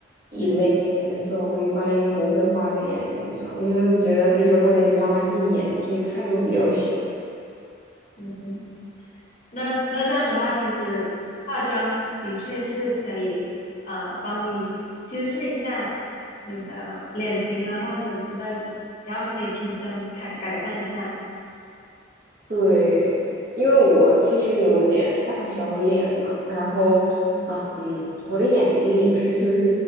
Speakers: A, on the right; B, on the left.
A: 一类的颜色，
B: 嗯
A: 我一般不会画在眼睛上，因为觉得就是会拉近眼距，看着会比较凶。
B: 嗯嗯嗯哼。那那这样子的话，其实化妆的确是可以，呃，帮你修饰一下你的脸型啊，或者之类，然后可以提升改改善一下。
A: 对，因为我其实有点大小脸嘛，然后，
B: 嗯
A: 嗯，我的眼睛也是，就是